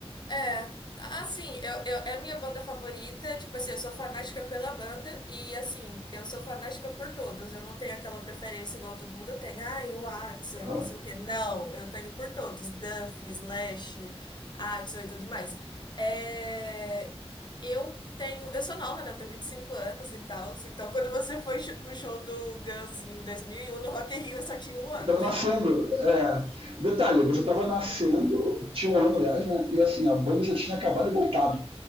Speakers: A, on the left; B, on the right.
A: É, assim, eu, eu, é a minha banda favorita, tipo assim, eu sou fanática pela banda e assim, eu sou fanática por todos. Eu não tenho aquela preferência igual todo mundo tem. Ah, o Axl,
B: Aham.
A: que não sei o quê. Não, eu tenho por todos, Duff, Slash, Axl e tudo mais. É, eu tenho, eu sou nova, né? Eu tenho 25 anos e tal, então quando você foi no show do Guns em 2001 no Rock in Rio, eu só tinha um ano.
B: Você tava nascendo. É. Detalhe, você tava nascendo, tinha um ano, aliás, né? E assim, a banda já tinha acabado e voltado.